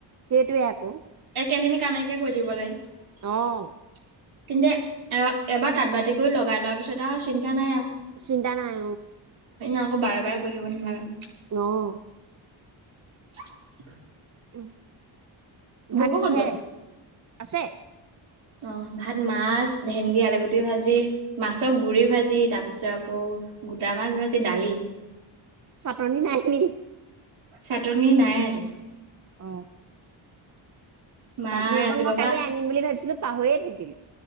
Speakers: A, on the right; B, on the right.
A: সেইটোৱে আকৌ।
B: একেখিনি কামকে কৰি থাকিব লাগে।
A: অ',
B: তুমি আহ <unintelligible> এবাৰ তাঁত বাতি কৰি লগাই লোৱাৰ পিছত আৰু চিন্তা নাই আৰু।
A: চিন্তা নাই।
B: আকৌ বাৰে বাৰে ক থাকিব নালাগে।
A: আহ।
B: <inaudible>
A: উম। ভাত
B: বব
A: কি
B: ক'ত
A: হে?
B: গ'ল?
A: আছে।
B: অ ভাত মা। মাছ, ভেন্দি আলুগুটি ভাজি মাছৰ গুৰি ভাজি তাৰ পিছত আকৌ গোটা মাছ ভাজি দালি।
A: চাটনি নাই নি?
B: চাটনি নাই আজি।
A: অ'।
B: মা
A: চাটনি
B: ৰাতিপুৱা
A: অকন মই
B: পৰা
A: কালি আনিম বুলি ভাবিছিলো। পাহ হৈয়ে থাকিলো।